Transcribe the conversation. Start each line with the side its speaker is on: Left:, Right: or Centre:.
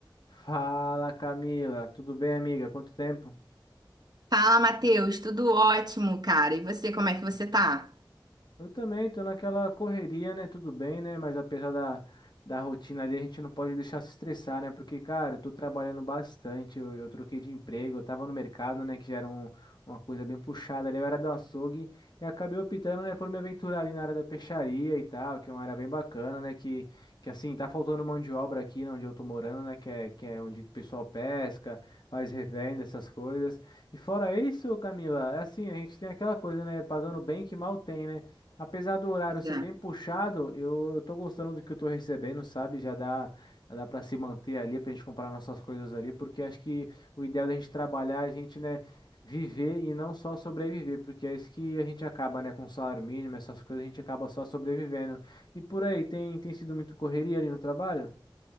Left: Fala Camila, tudo bem amiga? Quanto tempo?
Right: Fala, Matheus, tudo ótimo, cara. E você, como é que você tá?
Left: Eu também tô naquela correria, né? Tudo bem, né? Mas apesar da, da rotina ali, a gente não pode deixar se estressar, né? Porque, cara, eu tô trabalhando bastante, eu, eu troquei de emprego, eu tava no mercado, né? Que já era um- uma coisa bem puxada ali, eu era do açougue e acabei optando, né, por me aventurar ali na área da peixaria e tal, que é uma área bem bacana, né? Que, que assim, tá faltando mão de obra aqui, né, onde eu tô morando, né? Que é, que é onde o pessoal pesca, faz revenda, essas coisas. E fora isso, Camila, é assim, a gente tem aquela coisa, né? Pagando bem que mal tem, né? Apesar do horário
Right: Pois
Left: ser
Right: é.
Left: bem puxado, eu, eu tô gostando do que eu tô recebendo, sabe? Já dá, já dá para se manter ali, pra gente comprar nossas coisas ali, porque acho que o ideal da gente trabalhar, é a gente, né, viver e não só sobreviver, porque é isso que a gente acaba, né, com salário mínimo, essas coisas, a gente acaba só sobrevivendo. E por aí, tem, tem sido muito correria ali no trabalho?